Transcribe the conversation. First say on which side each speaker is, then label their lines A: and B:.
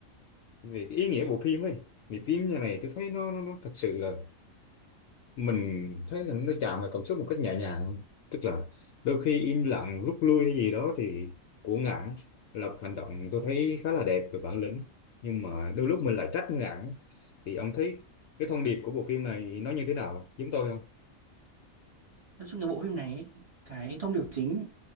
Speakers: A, on the left (about 65°); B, on the right (about 30°).
A: về cái ý nghĩa bộ phim ấy thì phim như này tôi thấy nó nó, nó thật sự là mình thấy là nó chạm vào cảm xúc một cách nhẹ nhàng tức là đôi khi im lặng rút lui hay gì đó thì của ngạn là một hành động tôi thấy khá là đẹp về bản lĩnh nhưng mà đôi lúc mình lại trách ngạn thì ông thấy cái thông điệp của bộ phim này nó như thế nào giống tôi không
B: nói chung cái bộ phim này ấy, cái thông điệp chính